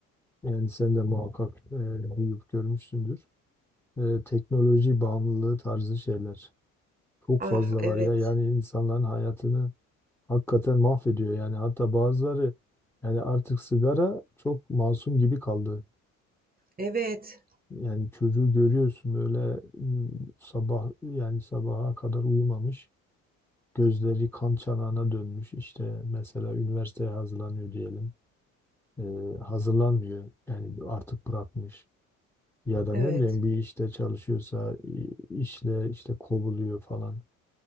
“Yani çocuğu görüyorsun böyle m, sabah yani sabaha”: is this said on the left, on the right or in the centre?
Centre